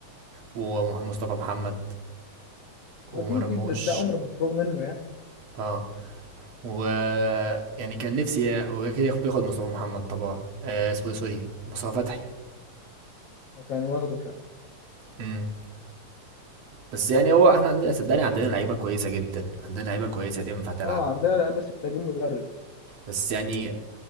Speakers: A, on the right (about 55°); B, on the left (about 75°).
A: ومصطفى محمد
B: ما
A: ومرموش
B: دي دي ده, ده امر مفروغ منه يعني
A: اه و يعني كان نفسي وكده بياخد مصطفى محمد طبعا آه، اسمه إيه، سوري مصطفى فتحي
B: وكان واخده فعلا
A: امم بس يعني هو احنا عندنا صدقني عندنا لعيبه كويسه جدا عندنا لعيبه كويسه تنفع تلعب
B: اه عندنا لا بس محتاجين مدرب
A: بس يعني